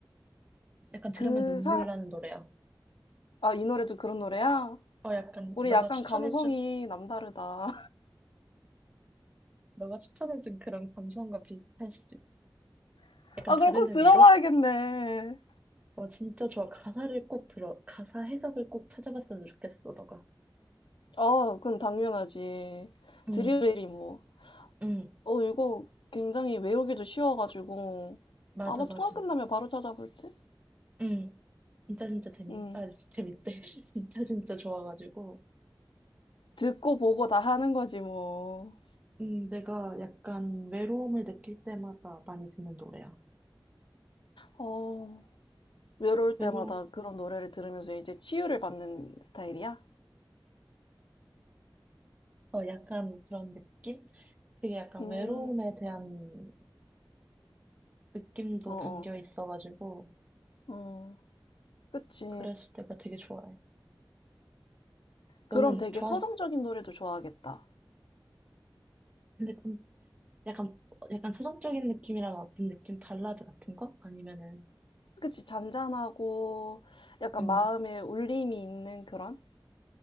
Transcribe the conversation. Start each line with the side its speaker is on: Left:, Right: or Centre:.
Right: 약간 들으면
Left: 그
Right: 눈물
Left: 사,
Right: 나는 노래야.
Left: 아, 이 노래도 그런 노래야?
Right: 어, 약간
Left: 우리
Right: 너가
Left: 약간
Right: 추천해준,
Left: 감성이 남다르다.
Right: 너가 추천해준 그런 감성과 비슷할 수도 있어.
Left: <laughs>
Right: 약간
Left: 아,
Right: 다른
Left: 그럼 꼭
Right: 의미로?
Left: 들어봐야겠네.
Right: 어, 진짜 좋아. 가사를 꼭 들어, 가사 해석을 꼭 찾아봤으면 좋겠어, 너가.
Left: 아, 그럼 당연하지.
Right: 응,
Left: 드릴베리 뭐.
Right: 응.
Left: 어, 이거 굉장히 외우기도 쉬워가지고.
Right: 맞아,
Left: 아마
Right: 맞아.
Left: 통화 끝나면 바로 찾아볼 듯?
Right: 응. 진짜 진짜 재밌,
Left: 응.
Right: 아, 진- 재밌대. <laughs> 진짜 진짜 좋아가지고.
Left: 듣고 보고 다 하는 거지, 뭐.
Right: 음, 내가 약간 외로움을 느낄 때마다 많이 듣는 노래야.
Left: 어, 외로울
Right: 외로,
Left: 때마다 그런 노래를 들으면서 이제 치유를 받는 스타일이야?
Right: 어, 약간 그런 느낌? 되게 약간
Left: 음,
Right: 외로움에 대한 느낌도
Left: 어어,
Right: 담겨 있어가지고.
Left: 어, 어. 응. 그치.
Right: 그래서 내가 되게 좋아해. 너는
Left: 그럼 되게
Right: 좋아,
Left: 서정적인 노래도 좋아하겠다.
Right: 근데 좀 약간, 약간 서정적인 느낌이랑 어떤 느낌? 발라드 같은 거? 아니면은,
Left: 그치, 잔잔하고 약간
Right: 음,
Left: 마음에 울림이 있는 그런?